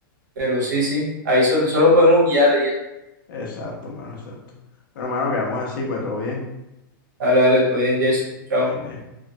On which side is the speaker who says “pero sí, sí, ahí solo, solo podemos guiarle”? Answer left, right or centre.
Right